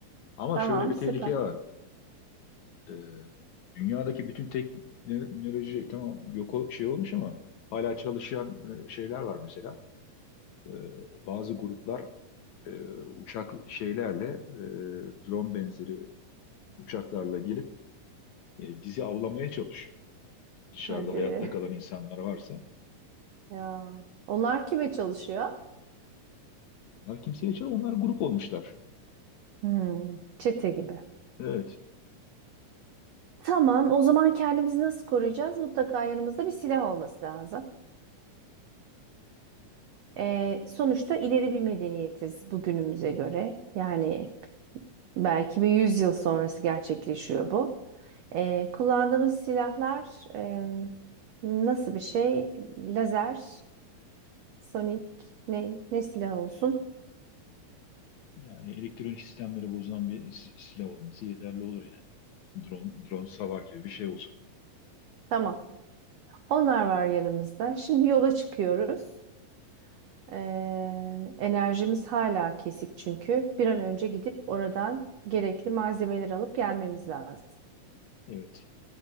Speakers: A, on the left; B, on the right.
A: Ama
B: tamam,
A: şöyle bir
B: süper.
A: tehlike var. Ee, dünyadaki bütün teknoloji tamam yok o- şey olmuş ama hala çalışan e, şeyler var mesela. Ee, bazı gruplar e, uçak şeylerle e, drone benzeri uçaklarla gelip e, bizi avlamaya çalışıyor. Dışarıda
B: Hadi.
A: hayatta kalan insanlar varsa
B: Ya, onlar kime çalışıyor?
A: onlar kimseye çal onlar grup olmuşlar.
B: Hmm, çete gibi.
A: Evet.
B: Tamam, o zaman kendimizi nasıl koruyacağız? Mutlaka yanımızda bir silah olması lazım. Ee, sonuçta ileri bir medeniyetiz bugünümüze göre. Yani belki bir 100 yıl sonrası gerçekleşiyor bu. Ee, kullandığımız silahlar e, nasıl bir şey? Lazer, sonik, ne, ne silah olsun?
A: Yani elektronik sistemleri bozan bir s- silah olması yeterli olur yani. Drone, drone savar gibi bir şey olsun.
B: Tamam. Onlar var yanımızda. Şimdi yola çıkıyoruz. Ee, enerjimiz hala kesik çünkü. Bir an önce gidip oradan gerekli malzemeleri alıp gelmemiz lazım.
A: Evet.